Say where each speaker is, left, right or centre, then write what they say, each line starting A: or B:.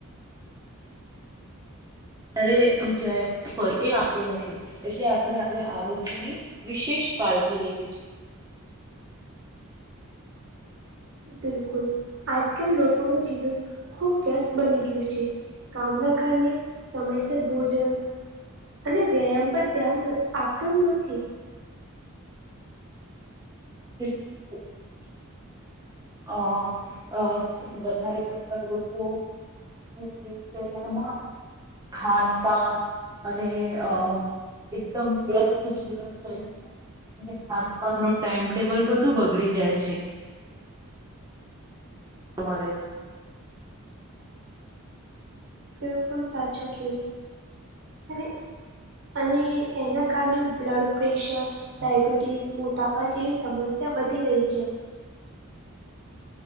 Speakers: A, on the right; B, on the right.
A: જ્યારે બી જાય એ આવતો નથી. એટલે આપણે આપણે આરોગ્યની વિશેષ કાળજી લેવી જોઈએ.
B: બિલકુલ આજકાલ લોકોનું જીવન ખુબ વ્યસ્ત બની ગયું છે. કામના કારને સમયસર ભોજન અને વ્યાયામ પર ધ્યાન આપતું જ નથી.
A: બિલકુલ સાચું કહો છો. અ અસ વધારે પડતા લોકો દિનચર્યામાં ખાનપાન અને અ એકદમ વ્યસ્ત જીવનશૈલીમાં ખાાન પાન નો ટાઈમટેબલ બધું બગડી જાય છે. તો મલે છે.
B: બિલકુલ સાચું કયું અને અને એના કારણે બ્લડ પ્રેશર ડાયબિટીસ, મોટાપા જેવી સમસ્યા વધી રહી છે.